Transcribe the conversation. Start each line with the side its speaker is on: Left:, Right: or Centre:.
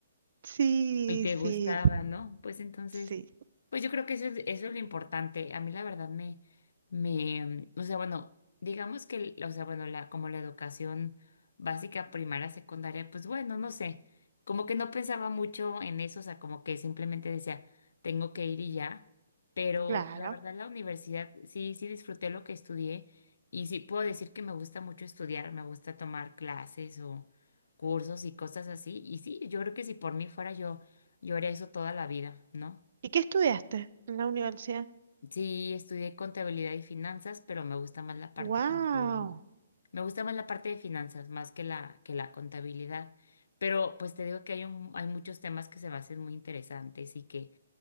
Right: Sí,
Left: Y te
Right: sí,
Left: gustaba, ¿no? Pues entonces,
Right: sí,
Left: pues yo creo que eso es, eso es lo importante. A mí la verdad me, me, mm, o sea, bueno, digamos que, el- o sea, bueno, la, como la educación básica, primaria, secundaria, pues bueno, no sé, como que no pensaba mucho en eso, o sea, como que simplemente decía, tengo que ir y ya, pero
Right: claro.
Left: la verdad la universidad, sí, sí disfruté lo que estudié y sí puedo decir que me gusta mucho estudiar, me gusta tomar clases o cursos y cosas así, y sí, yo creo que si por mí fuera yo yo haré eso toda la vida, ¿no?
Right: ¿Y qué estudiaste en la universidad?
Left: Sí, estudié contabilidad y finanzas, pero me gusta más la parte
Right: Wow,
Left: como de- me gusta más la parte de finanzas más que la que la contabilidad. Pero pues te digo que hay un, hay muchos temas que se me hacen muy interesantes y que